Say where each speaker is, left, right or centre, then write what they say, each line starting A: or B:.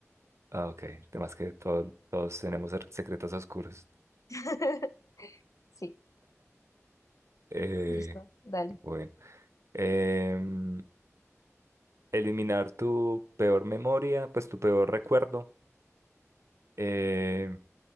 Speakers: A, on the right; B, on the left.
A: Ah, ok. Además que todo- todos tenemos ser- secretos oscuros.
B: <laughs> Sí,
A: Eh,
B: listo, dale.
A: bueno. Em, eliminar tu peor memoria, pues tu peor recuerdo. Eh,